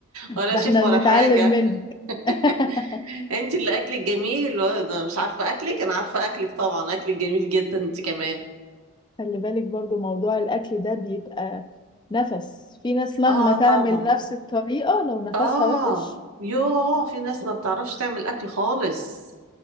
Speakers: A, on the right; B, on the left.
A: ولا
B: ده
A: شيف
B: احنا
A: ولا
B: بنتعلم
A: حاجه
B: منك <laughs>
A: <laughs> انت اللي اكلك جميل وانا مش عارفه اكلك انا عارفه اكلك طبعا اكلك جميل جدا انت كمان
B: خلي بالك برضو موضوع الأكل ده بيبقى نفس في ناس مهما
A: اه
B: تعمل
A: طبعا
B: نفس الطريقة لو نفسها
A: اه
B: وحش
A: يوه في ناس ما بتعرفش تعمل اكل خالص